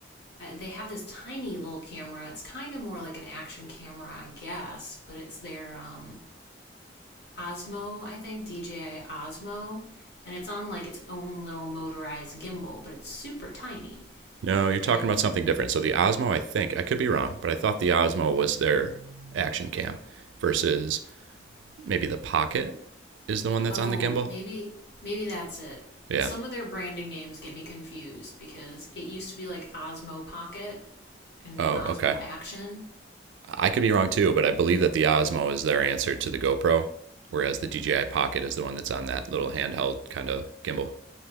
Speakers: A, on the left (about 60°); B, on the right (about 85°).
A: Uh, they have this tiny little camera. It's kind of more like an action camera, I guess, but it's their um, Osmo, I think, DJI Osmo, and it's on like its own little motorized gimbal, but it's super tiny.
B: No, you're
A: And
B: talking
A: it
B: about something different. So the Osmo, I think I could be wrong, but I thought the Osmo was their action cam versus maybe the Pocket is the one that's
A: oh,
B: on the gimbal.
A: maybe maybe that's it.
B: Yeah.
A: Some of their branding names get me confused because it used to be like Osmo Pocket and
B: Oh,
A: Osmo
B: okay.
A: Action.
B: I could be wrong too, but I believe that the Osmo is their answer to the GoPro, whereas the DJI Pocket is the one that's on that little handheld kind of gimbal.